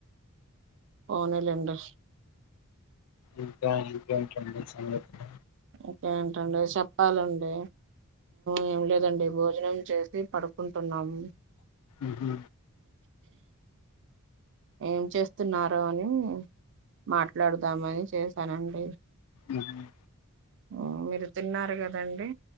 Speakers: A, on the right (about 55°); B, on the left (about 75°).
A: పోనీలేండి.
B: ఇంకా ఇంకేంటండి సంగతులు
A: ఇంకా ఏంటండి చెప్పాలండి ఏం లేదండి, భోజనం చేసి పడు కుంటున్నాము,
B: ఉహు
A: ఏం చేస్తున్నారు, అని మాట్లాడుదామని చేసానండి,
B: ఉమ్ హు
A: ఉమ్ మీరు తిన్నారు గదండి,